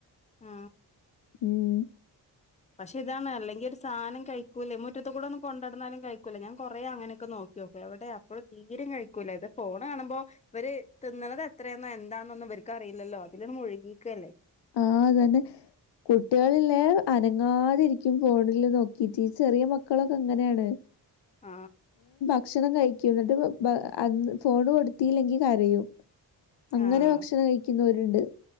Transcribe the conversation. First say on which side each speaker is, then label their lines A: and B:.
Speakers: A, on the left; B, on the left.
A: ആ
B: ഉം
A: പക്ഷെ ഇതാണ് അല്ലെങ്കിൽ സാധനം കഴിക്കുവല്ലേ മുറ്റത്ത് കൂടെ ഒന്നും കൊണ്ട നടന്നാലും കഴിക്കുവല്ലേ ഞാൻ കൊറെ അങ്ങനെക്കെ നോക്കിനോക്കുവേ അവിടെ അപ്പോഴ് തീരെ <unintelligible> കഴിക്കൂലോ ഇത് ഫോൺ കാണുമ്പോ ഇവര് തിന്നണത് എത്രയാന്നാ എന്താന്നൊന്നും ഇവരിക്ക് അറിയില്ലോ അതിനെന്നു നുള്ളി ഇക്കല്ലേ
B: ആഹ് അതന്നെ കുട്ടികളല്ലേ അനങ്ങാതിരിക്കും ഫോണില് നോക്കീറ്റ് ചെറിയ മക്കളൊക്ക ഇങ്ങനെയാണ്
A: ആ
B: ഭക്ഷണം കഴിക്കും എന്നിട്ട് ബാ അന്ന് ഫോണു കൊടുത്തീല്ലെങ്കിൽ കരയും അങ്ങനെ
A: ആ
B: ഭക്ഷണം കഴിക്കുന്നവരുണ്ട്